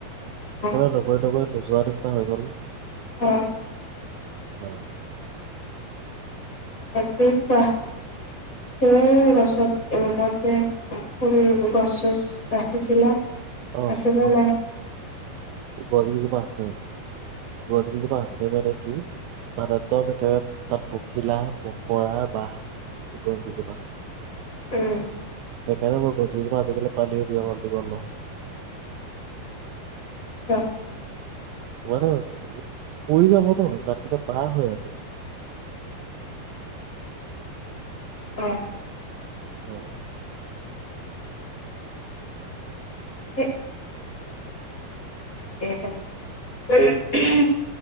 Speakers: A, on the left; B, on the right.
A: অ
B: একেবাৰে নগৰি নগৰি নোযোৱা নিচিনা হৈ গ'ল ন।
A: অ
B: অহ
A: <unintelligible> কোৱা <unintelligible> গছত <unintelligible> ফুল গছ চছ ৰাখিছিলা।
B: অ'
A: আছে নে নাই?
B: গছ কেইজোপা আছে। গছ কেইজোপা আছে মানে? কি? তাত একদম একেবাৰে তাত পখিলা মকৰাৰ বাহ। গছ কেইজোপা।
A: উম।
B: সেইকাৰণে মই গছকেইজোপা আজিকালি পানীও <unintelligible> দিব নহয়।
A: অ
B: মানে পৰি যাব তাত <unintelligible> বেয়া হৈ আছে।
A: অ
B: অ'।
A: সেই <unintelligible>